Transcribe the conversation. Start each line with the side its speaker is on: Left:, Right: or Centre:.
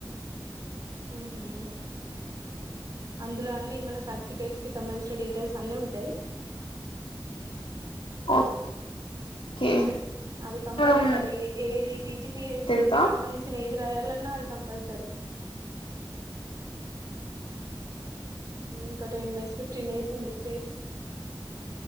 Right: ఊహు అందులో అన్నీ మన సర్టిఫికేట్స్ కి సంబంధించిన డీటెయిల్స్ అన్నీ ఉంటాయి
Left: ఓకే
Right: అది కంపల్సరీ
Left: మనం
Right: ఏది టిజిపిఎస్సి
Left: తెలుసా
Right: కి సంబంధించిన ఏ ది రాయలన్నా అది కంపల్సరి ఇంకా ten days fifteen days ఉంది డేట్